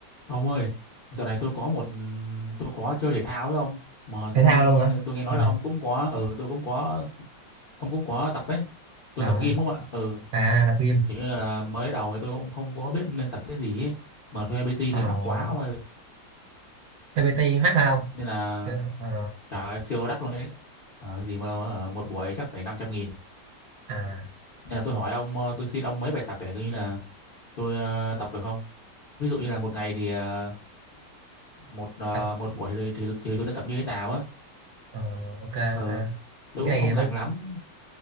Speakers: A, on the left (about 55°); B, on the right (about 70°).
A: Ông ơi, dạo này tôi có một tôi có chơi thể thao với ông mà
B: thể
A: tôi
B: thao luôn hả
A: tôi nghe nói
B: ừ.
A: là ông cũng có ừ tôi cũng có ông cũng có tập ấy. Tôi
B: à,
A: tập gym không ạ? Ừ,
B: à tập gym
A: kiểu như là mới đầu thì tôi cũng không có biết nên tập cái gì ấy. Mà thuê PT
B: à,
A: thì mắc quá ông ơi.
B: TPT mắc không
A: Nên là
B: Chưa. Ờ,
A: trời ơi, siêu đắt luôn đấy. Ờ, gì mà ờ, một buổi chắc phải năm trăm nghìn.
B: à
A: Nên là tôi hỏi ông ờ, tôi xin ông mấy bài tập để coi như là tôi ờ, tập được không? Ví dụ như là một ngày thì ờ, một ờ,
B: tập
A: một buổi thì, thì, thì tôi nên tập như thế nào á.
B: Ờ, ok
A: Ừ,
B: ok
A: tôi
B: thì cái
A: cũng không
B: này
A: rành
B: tôi
A: lắm